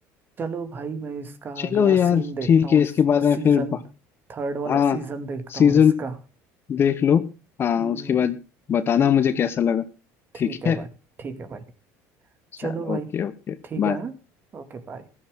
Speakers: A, on the right (about 30°); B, on the left (about 35°).
A: चलो भाई मैं इसका
B: चलो
A: अगला
B: यार
A: सीन देखता
B: ठीक
A: हूँ
B: है इसके बारे
A: सीजन
B: में फिर ब-
A: थर्ड वाला
B: हाँ
A: सीजन देखता
B: सीजन
A: हूँ इसका
B: देख लो हाँ
A: हम्म,
B: उसके बाद बताना मुझे कैसा लगा
A: ठीक
B: ठीक
A: है
B: है
A: भाई ठीक है भाई
B: चलो
A: चलो भाई
B: ओके ओके
A: ठीक
B: बाय
A: है हाँ? Okay bye